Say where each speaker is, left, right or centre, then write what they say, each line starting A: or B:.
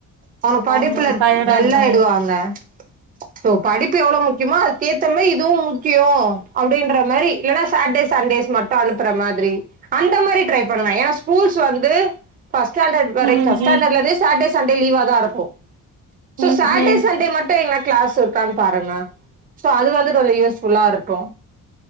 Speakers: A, on the right; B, on the right.
A: அவங்க படிப்ல
B: ஆமா டயர்ட்
A: டல்லாயிடுவாங்க
B: ஆயிடுவாங்க
A: சோ படிப்பு எவ்ளோ முக் க்கியமோ அதுக்கேத்தம இதுவு முக்கியோ அப்டின்ற மாரி இல்லனா சாட்டே சா சண்டேஸ் மட்டோ அனுப்ற மாதிரி அந்த மாரி ட்ரை பண்ணுவே ஏனா ஸ்கூல்ஸ் வந்து ஃபஸ்ஸாண்டட் வரைக்
B: ம்
A: ஃபஸ்ஸாண்டலேந்தே
B: ம்
A: சாட்டே ச சண்டே லீவ தாருக்கோ சோ
B: ம்
A: சாட்டே
B: ம்
A: சண்டே மட்டோ எங்க கிளாஸ் இருக்கான்னு பாருங்க சோ அது வந்து கொஞ்சோ யூஸ்புல்லா இருக்கு